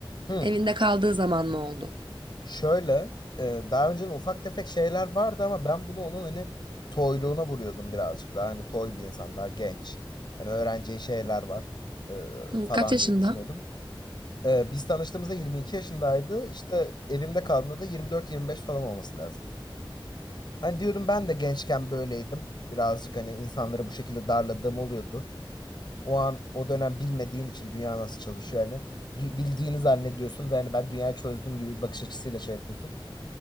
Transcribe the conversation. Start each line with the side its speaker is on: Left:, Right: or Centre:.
Left: Hı.
Right: evinde kaldığı zaman mı oldu?
Left: Şöyle e, daha önceden ufak tefek şeyler vardı ama ben bunu onun hani toyluğuna vuruyordum birazcık daha hani toy bir insan daha genç. Hani öğreneceği şeyler var e,
Right: Hı,
Left: falan
Right: kaç yaşında?
Left: diye düşünüyordum. E, biz tanıştığımızda 22 yaşındaydı işte evimde kaldığında da 24-25 falan olması lazım. Hani diyordum ben de gençken böyleydim birazcık hani insanları bu şekilde darladığım oluyordu. O an o dönem bilmediğin için dünya nasıl çalışıyor hani dü- bildiğini zannediyorsun ve hani ben dünyayı çözdüm gibi bir bakış açısıyla şey yapıyorsun.